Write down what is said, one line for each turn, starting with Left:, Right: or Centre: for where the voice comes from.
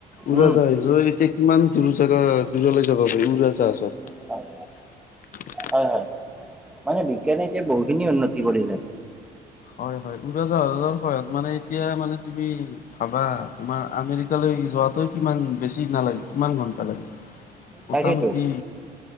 Left: উৰা-
Centre: উম,
Left: জাহাজো এতিয়া কিমান দূৰ জাগা দূৰলৈ যাব পাৰি উৰাজাহাজত।
Centre: হয় হয় হয় মানে বিজ্ঞানে এতিয়া বহুখিনি উন্নতি কৰিলে।
Left: হয় -হয়। উৰা - জাহাজৰ সহায়ত মানে এতিয়া মানে তুমি ভাবা তোমাৰ আমেৰিকালৈ যোৱাত ই কিমান বেছি নালাগে কিমান ঘণ্টা লাগে মোটামুটি।
Centre: তাকেইতো